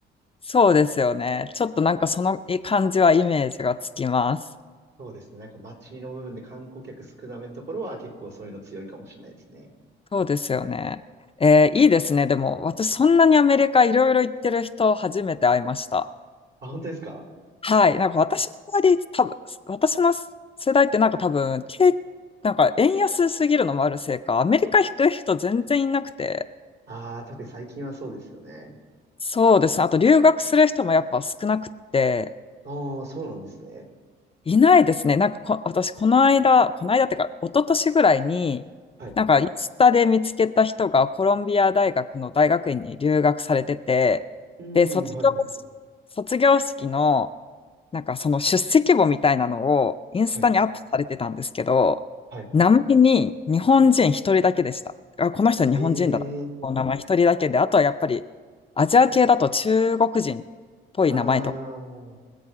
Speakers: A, on the left; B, on the right.
A: そうですよね。ちょっとなんかそのえ感じはイメージがつきます。
B: <laughs> そうですね。なんか街の部分で観光客少なめのところは結構そういうの強いかもしれないですね。
A: そうですよね。えーいいですね。でも、私そんなにアメリカいろいろ行ってる人初めて会いました。
B: あ、本当ですか
A: はい。なんか私の周り、多分、私の世代ってなんか多分、け、なんか円安すぎるのもあるせいか、アメリカ行く人全然いなくて、
B: ああー、特に最近はそうですよね。
A: そうですね。あと留学する人もやっぱ少なくて、
B: ああ、そうなんですね。
A: いないですね。なんかこ、私、この間、この間っていうか、一昨年ぐらいに、
B: はい。う
A: なんか、インスタで見つけた人がコロンビア大学の大学院に留学されてて、
B: ーん、
A: で、卒業、
B: はいはい。
A: 卒業式のなんかその出席簿みたいなのをインスタにアップされてたんですけど、
B: はい、はい。
A: 名前に日本人一人だけでした。あ、この人日本人だな。
B: ええ
A: この名前一人だけで、あとはやっぱりアジア系だと中国人っぽい名前とか
B: ああ、